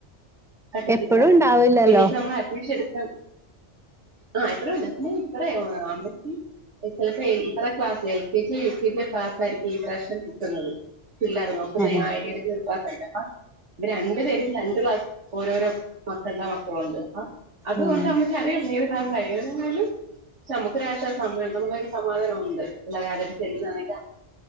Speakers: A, on the right (about 75°); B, in the centre.
A: പറ്റത്തില്ല
B: എപ്പഴും ഉണ്ടാവില്ലല്ലോ
A: പിന്നിപ്പ നമ്മൾ അഡ്മിഷൻ എടു <inaudible> ആഹ് എപ്പോഴുണ്ട് നീ <unintelligible> അമ്മച്ചി ചിലപ്പോ ഇത്രേ ക്ലാസ്സിലെ L K G U K G class ആയിരിക്കും ഈപ്രാവശ്യം കിട്ടുന്നത് ഇല്ലായിരുന്നു നോക്കുന്നു
B: ഉം
A: ഞാൻ ഏണി കയറി <unintelligible> രണ്ടു പേരും ര ക്ലാസ്സ്‌ ഓരോരോ മക്കൾടെ മക്കളുണ്ട് ആ അതുകൊണ്ട്
B: ഉം
A: അമ്മയ്‌ക്കറിയാം ഏതെ <unintelligible> ഏതെങ്കിലും നമുക്കൊരാശ്വാസം അമ്മയുണ്ടെന്നുള്ള സമാധാനം ഉണ്ട് പിള്ളേര് ആദ്യായിട്ട് ചെല്ലുന്ന